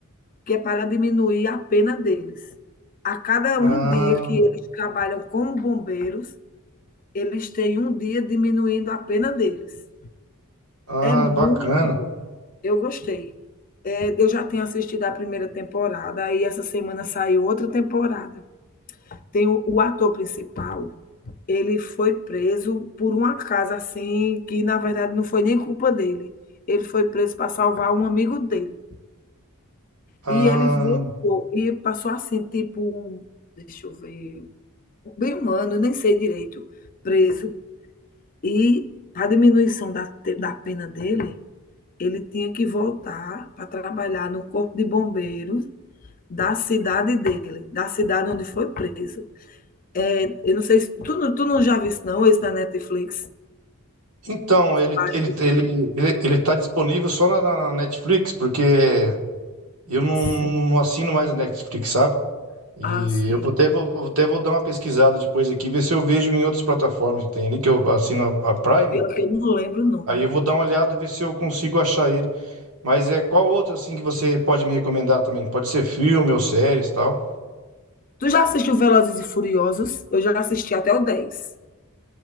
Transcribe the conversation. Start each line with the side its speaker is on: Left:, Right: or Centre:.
Left: que é para diminuir a pena deles. A cada
Right: Ah,
Left: um dia que eles trabalham como bombeiros, eles têm um dia diminuindo a pena deles.
Right: ah,
Left: É muito.
Right: bacana.
Left: Eu gostei. É, eu já tenho assistido a primeira temporada, aí essa semana saiu outra temporada. Tem o, o ator principal, Ele foi preso por um acaso assim, que na verdade não foi nem culpa dele. Ele foi preso para salvar um amigo dele.
Right: Ah,
Left: E ele voltou e passou assim, tipo, deixa eu ver, bem um ano, nem sei direito, preso. E para diminuição da, te- da pena dele, ele tinha que voltar para trabalhar no corpo de bombeiros da cidade dele, da cidade onde foi preso. É, eu não sei se tu, não- tu não já viu não, esse na Netflix.
Right: então, ele,
Left: Faz-
Right: ele, ele, ele, ele tá disponível só na, na Netflix, porque eu não,
Left: assim,
Right: não, não assino mais a Netflix, sabe? E
Left: Ah, sei.
Right: eu vou até vou, vou até vou dar uma pesquisada depois aqui, ver se eu vejo em outras plataformas que tem ali, que eu assino a, a Prime.
Left: Pior que eu não lembro o nome.
Right: Aí eu vou dar uma olhada, ver se eu consigo achar ele. Mas é qual outro, assim, que você pode me recomendar também? Pode ser filme ou séries e tal.
Left: Tu já assistiu Velozes e Furiosos? Eu já assisti até o dez.